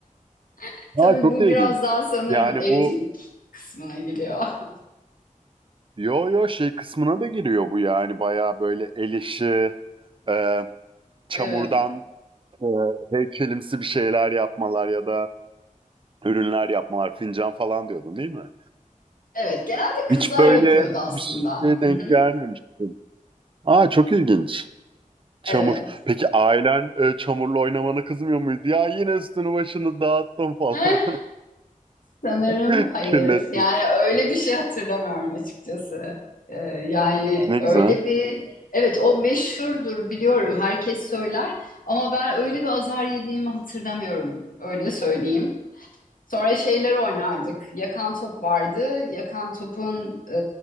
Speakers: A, on the left; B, on the right.
A: <laughs> Tabii
B: aa, çok
A: bu
B: ilginç.
A: biraz daha sanırım
B: Yani
A: evcilik
B: bu
A: kısmına giriyor. <laughs>
B: yo yo şey kısmına da giriyor bu yani bayağı böyle el işi, e, çamurdan
A: Evet.
B: e, heykelimsi bir şeyler yapmalar ya da ürünler yapmalar, fincan falan diyordun değil mi?
A: Evet, genelde kızlar
B: Hiç böyle
A: yapıyordu aslında.
B: bir şeye denk
A: Hı hı,
B: gelmemiştim. Aa çok ilginç. Çamur.
A: evet.
B: Peki ailen e, çamurla oynamana kızmıyor muydu? Ya yine üstünü başını dağıttım falan.
A: Eh, sanırım
B: <laughs>
A: hayır.
B: Kirlettim.
A: Yani öyle bir şey hatırlamıyorum açıkçası. Ee, yani
B: Ne
A: öyle
B: güzel.
A: bir... Evet, o meşhurdur biliyorum. Herkes söyler. Ama ben öyle bir azar yediğimi hatırlamıyorum. Öyle söyleyeyim. Sonra şeyler oynardık. Yakan top vardı. Yakan topun e,